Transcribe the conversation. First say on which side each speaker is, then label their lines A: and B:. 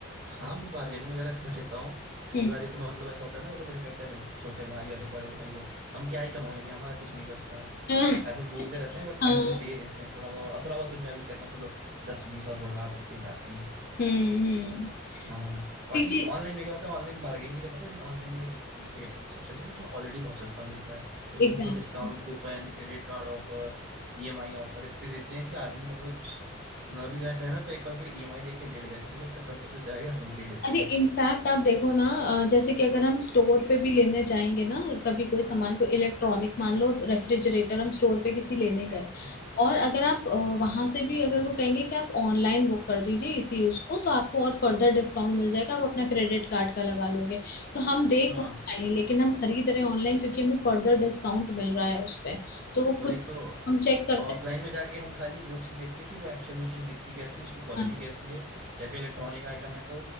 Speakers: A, on the right; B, on the left.
A: हाँ मैं बार्गेनिंग वगैरह कर लेता हूँ कई
B: हम्म
A: बार ये तो मतलब ऐसा होता है ना वो लोग ऐसा करते हैं "अरे छोटे भाई अरे बड़े भाई हो हम क्या ही कमा लेंगे हमारा कुछ नहीं बचता
B: <laughs> हाँ
A: ऐसे बोलते रहते हैं बट
B: हाँ,
A: एंड में दे देते हैं थोड़ा बहुत और थोड़ा बहुत फिर मैं भी कहता हूँ चलो दस बीस और बढ़ा दो कोई बात नहीं
B: हम्म हम्म
A: हाँ बाकी
B: ठीक है
A: ऑनलाइन में क्या होता है ऑनलाइन बार्गेनिंग नहीं कर पाते लेकिन ऑनलाइन में दिक- में फे- सबसे अच्छी उसमें ऑलरेडी बहुत सस्ता मिलता है उसमें
B: एग्जैक्टली।
A: वो discount coupon credit card offer EMI offer इतने देते हैं कि आदमी मतलब स- ना भी लेना चाहे ना तो एक पल के लिए ईएमआई देख के ले लेगा कि चलो इतना कम पैसे जाएगा हम ये ले लेते
B: अरे
A: हैं
B: इम्पैक्ट आप देखो ना अ, जैसे कि अगर हम स्टोर पे भी लेने जाएंगे ना कभी कोई सामान कोई इलेक्ट्रॉनिक मान लो रेफ्रिजरेटर हम स्टोर पे किसी लेने गए
A: हम्म।
B: और अगर आप वहां से भी अगर वो कहेंगे कि आप ऑनलाइन बुक कर दीजिए इसी यूज को तो आपको और फर्दर डिस्काउंट मिल जाएगा आप अपना क्रेडिट कार्ड का लगा लोगे तो हम देख
A: हाँ
B: वहाँ पाएंगे लेकिन हम खरीद रहे हैं ऑनलाइन क्योंकि हमें फर्दर डिस्काउंट मिल रहा है उस पे तो वो
A: वही
B: खुद
A: तो
B: हम चेक करते
A: ऑफलाइन
B: हैं
A: में जाके हम खाली वो चीज देखते हैं कि वो एक्चुअल में चीज दिखती कैसी है उसकी क्वालिटी
B: हाँ हाँ।
A: कैसी है या कोई इलेक्ट्रॉनिक आइटम है तो